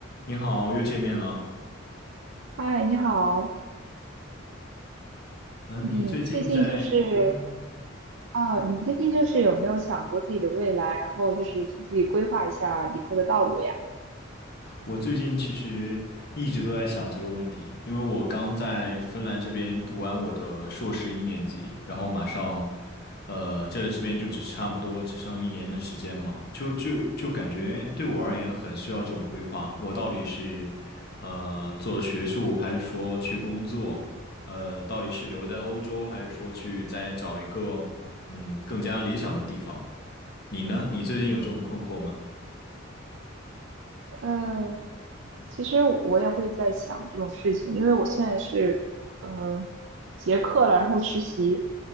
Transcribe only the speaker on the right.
嗨，你好，
你最近就是
啊，你最近就是有没有想过自己的未来，然后就是替自己规划一下以后的道路呀？
嗯
嗯，其实我也会在想这种事情，因为我现在是呃结课了，然后实习，